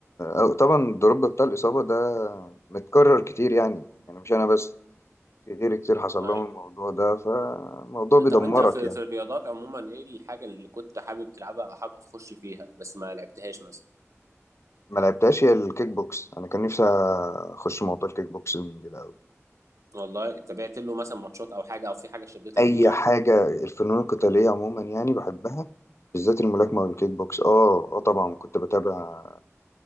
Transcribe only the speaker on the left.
أو طبعا الدروب بتاع الإصابة ده متكرر كتير يعني يعني مش انا بس في غيري كتير حصل
لهم الموضوع ده فالموضوع بيدمرك
يعني
ما لعبتهاش هي الكيك بوكس انا كان نفسي اخش موضوع الكيك بوكس من كده قوي
اي
حاجه الفنون القتاليه عموما يعني بحبها بالذات الملاكمه والكيك بوكس اه اه طبعا كنت بتابع